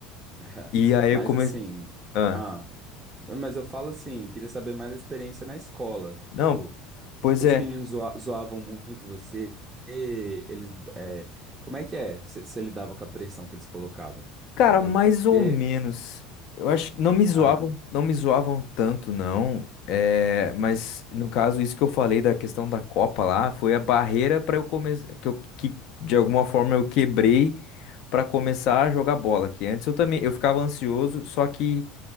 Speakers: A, on the right; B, on the left.
A: <laughs>
B: E aí
A: Mas
B: eu comecei.
A: assim,
B: Ah,
A: ah, não, mas eu falo assim, queria saber mais da experiência na escola.
B: não,
A: Tipo, os,
B: pois
A: os
B: é.
A: meninos zoa- zoavam muito você, e eles, é, como é que é? Você lidava com a pressão que eles colocavam,
B: Cara,
A: entendeu?
B: mais
A: Porque,
B: ou menos. Eu acho que não me zoavam,
A: ah,
B: não me zoavam tanto, não. É, mas no caso, isso que eu falei da questão da Copa lá, foi a barreira para eu começar, que eu que de alguma forma eu quebrei para começar a jogar bola, que antes eu também eu ficava ansioso, só que